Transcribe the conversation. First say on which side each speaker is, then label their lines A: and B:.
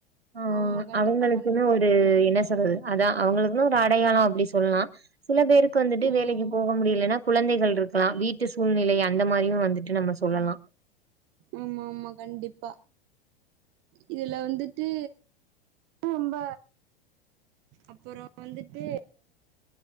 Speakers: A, on the right; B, on the right.
A: ஆ
B: ஆமா கண்டிப்பா
A: அவங்களுக்குன்னு
B: கண்டிப்பா
A: ஒரு என்ன சொல்றது அதா அவங்களுக்குன்னு ஒரு அடையாளம் அப்டி சொல்லாம் சில பேருக்கு வந்துட்டு
B: ம்
A: வேலைக்கு போக முடியலன்னா குழந்தைகள் இருக்கலாம் வீட் ட்டு சூழ்நிலை அந்த மாரியும் வந்துட்டு நம்ம சொல்லலாம்
B: ஆமா ஆமா கண்டிப்பா இதுல வந்துட்டு ரொம்ப அப்பறோ வந்துட்டு